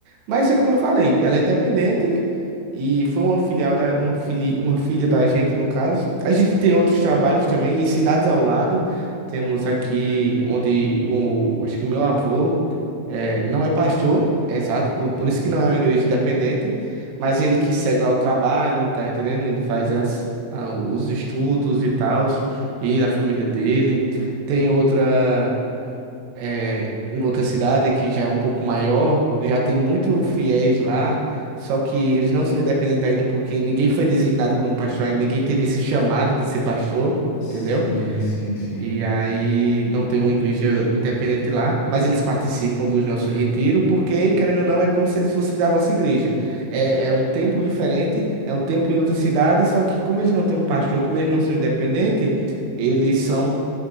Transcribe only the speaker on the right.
mas é como eu falei, ela é independente e foi uma filial da uma fili, uma filha da gente no caso. A gente tem outros trabalhos também em cidades ao lado. Temos aqui onde o acho que o meu avô é, não é pastor, é exato, por, por
isso que não é uma igreja independente, mas ele que segue lá o trabalho, tá entendendo? Ele faz as, a- os estudos e tal, e da família dele. Tem outra é, em outra cidade que já é um pouco maior, já tem muito fiéis
lá, só que eles não são independentes ainda porque ninguém foi designado como pastor, ainda ninguém teve esse chamado de ser pastor, entendeu?
E aí não tem uma igreja independente lá, mas eles participam dos nossos retiros porque, querendo ou não, é como se eles fossem da nossa igreja. É, é um templo diferente, é um templo em outra cidade, só que como eles não têm um pastor, como eles não são independentes, eles são